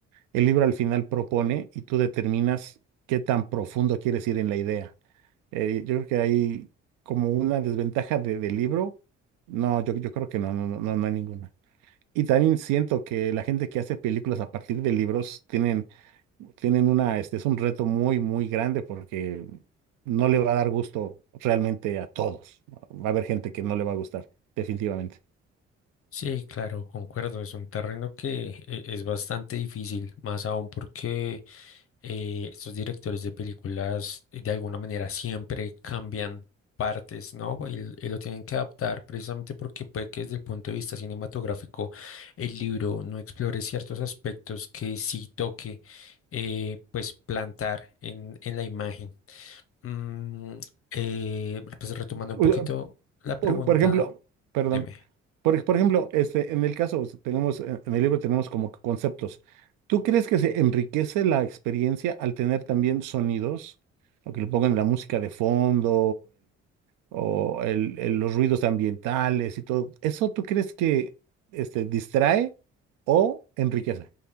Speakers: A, on the right; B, on the left.
A: El libro al final propone y tú determinas qué tan profundo quieres ir en la idea. Eh, yo creo que hay como una desventaja de, del libro. No, yo, yo creo que no, no, no, no no hay ninguna. Y también siento que la gente que hace películas a partir de libros tienen tienen una, este es un reto muy, muy grande porque no le va a dar gusto realmente a todos. ¿no? Va a haber gente que no le va a gustar, definitivamente.
B: Sí, claro, concuerdo, es un terreno que eh, es bastante difícil, más aún porque eh, estos directores de películas eh, de alguna manera siempre cambian partes, ¿no? Y, y lo tienen que adaptar precisamente porque puede que desde el punto de vista cinematográfico el libro no explore ciertos aspectos que sí toque, eh, pues, plantar en, en la imagen. Mm, eh, pues retomando un
A: O
B: poquito
A: sea,
B: la pregunta,
A: Por, por ejemplo, perdón,
B: dime.
A: por, por ejemplo, este, en el caso, o sea, tenemos, eh, en el libro tenemos como que conceptos. ¿Tú crees que se enriquece la experiencia al tener también sonidos? O que le pongan la música de fondo, o el- el- los ruidos ambientales y todo. ¿Eso tú crees que este, distrae o enriquece?